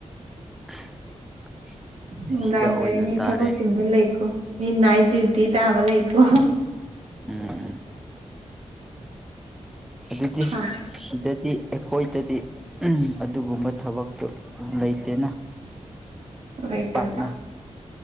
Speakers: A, in the centre; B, on the right (about 60°).
A: <unintelligible>
B: ꯅꯨꯡꯗꯥꯡꯗꯗꯤ
A: ꯁꯤꯗ ꯑꯣꯏꯅ
B: ꯃꯤ
A: ꯇꯥꯔꯦ
B: ꯊꯕꯛ ꯆꯤꯟꯕ ꯂꯩꯀꯣ ꯃꯤ ꯅꯥꯏꯠ ꯗ꯭ꯌꯨꯇꯤ ꯇꯥꯕ ꯂꯩꯀꯣ
A: ꯎꯝ ꯑꯗꯨꯗꯤ
B: ꯍꯥ
A: ꯁꯤꯗꯗꯤ ꯑꯩꯈꯣꯏꯗꯗꯤ ꯑꯗꯨꯒꯨꯝꯕ ꯊꯕꯛꯇꯣ ꯂꯩꯇꯦꯅ
B: ꯂꯩꯇꯕ꯭ꯔꯥ
A: ꯄꯥꯛꯅ